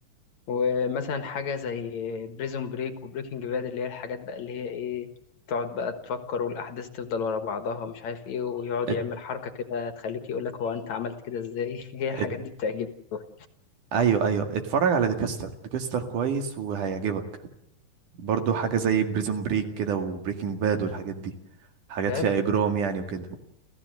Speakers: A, on the left (about 60°); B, on the right (about 65°).
A: ومثلا حاجة زي بريزون بريك وبريكنج باد اللي هي الحاجات بقى اللي هي ايه تقعد بقى تفكر والأحداث تفضل ورا بعضها مش عارف ايه ويقعد
B: ات...
A: يعمل حركة كده تخليك يقولك هو أنت عملت كده ازاي <laughs> هي الحاجات
B: ات...
A: دي بتعجبني أوي.
B: ايوه ايوه اتفرج على ديكستر ديكستر كويس وهيعجبك برضو حاجة زي بريزون بريك كده وبريكنج باد والحاجات دي حاجات
A: بجد
B: فيها اجرام يعني وكده